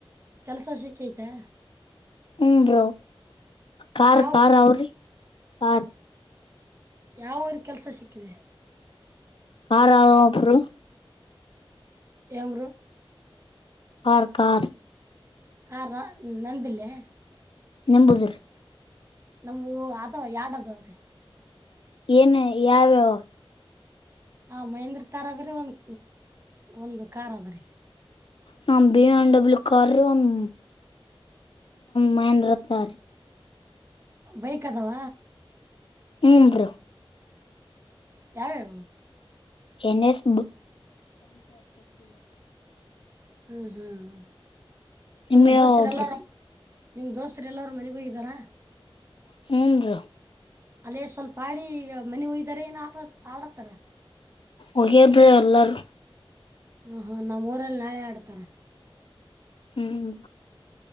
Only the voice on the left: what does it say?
ಹ್ಮ್ ಬ್ರೋ ಕಾರ್
ಕಾರ್ ಅವ್ರಿ ಕಾರ್
ಕಾರ್ ಆಗ ಅಪರ
ಕಾರ್ ಕಾರ್
ನೆಂಬೂದರ್
ಏನು ಯಾವ್ಯಾವ
ನಮ್ಮ ಬಿ ಎಂ ಡಬ್ಲ್ಯೂ ಕಾರ್ ಒಂದ್ ಮಹಂದ್ರಕಾರ ರಿ
ಹ್ಮ್ ಬ್ರೋ
ಎ ಸ್
ನಿಮ್
ಯಾವ್
ಬ್ರೋ
ಹ್ಮ ರ
ಒಗೇಬ್ರೆ ಅಲ್ಲಾರು
ಹ್ಮ್